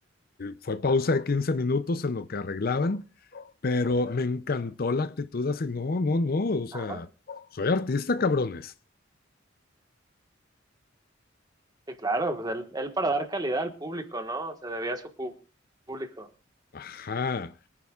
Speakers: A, on the left; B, on the right.
A: fue pausa de 15 minutos en lo que arreglaban, pero me encantó la actitud así, no, no, no, o sea,
B: Ajá,
A: soy artista, cabrones.
B: sí, claro, pues él, él para dar calidad al público, ¿no? Se debía a su pu- público.
A: Ajá.